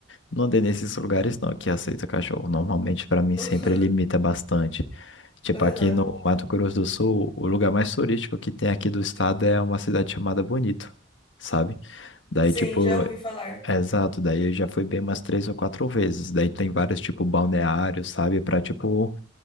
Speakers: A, on the left; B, on the left.
A: não andei nesses lugares não que aceita cachorro. Normalmente, pra mim,
B: <laughs>
A: sempre limita bastante. Tipo,
B: Aham.
A: aqui no Mato Grosso do Sul, o lugar mais turístico que tem aqui do estado é uma cidade chamada Bonito, sabe? Daí,
B: Sim,
A: tipo,
B: já ouvi falar.
A: é exato, daí eu já fui bem umas três ou quatro vezes. Daí tem vários, tipo, balneários, sabe? Pra, tipo,